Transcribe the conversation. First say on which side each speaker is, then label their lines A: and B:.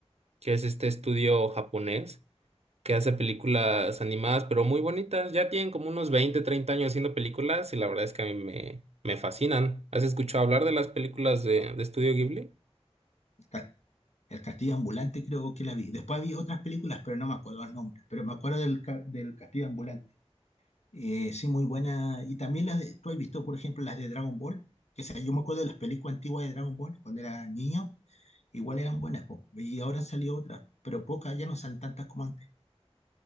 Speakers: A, on the right; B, on the left.
A: que es este estudio japonés. que hace películas animadas, pero muy bonitas. Ya tienen como unos 20 30 años haciendo películas y la verdad es que a mí me, me fascinan. ¿Has escuchado hablar de las películas de, de Estudio Ghibli?
B: El, ca- el Castillo Ambulante creo que la vi. Después vi otras películas, pero no me acuerdo el nombre. Pero me acuerdo del, ca- del Castillo Ambulante. Eh, sí, muy buena. Y también las de, tú has visto, por ejemplo, las de Dragon Ball. Que sea, yo me acuerdo de las películas antiguas de Dragon Ball cuando era niño. Igual eran buenas, po. Y ahora han salido otras, pero pocas, ya no salen tantas como antes.